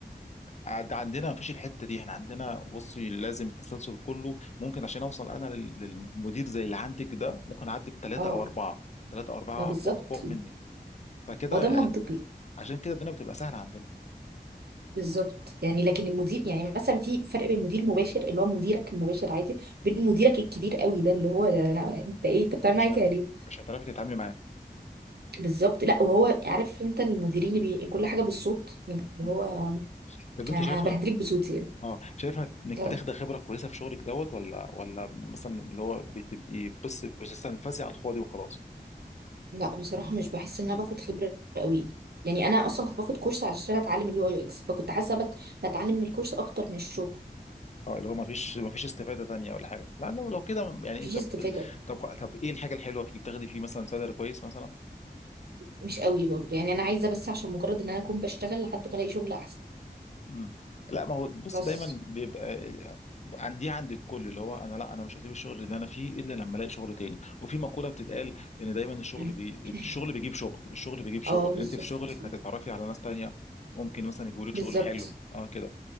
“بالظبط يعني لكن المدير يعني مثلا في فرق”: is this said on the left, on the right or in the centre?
Right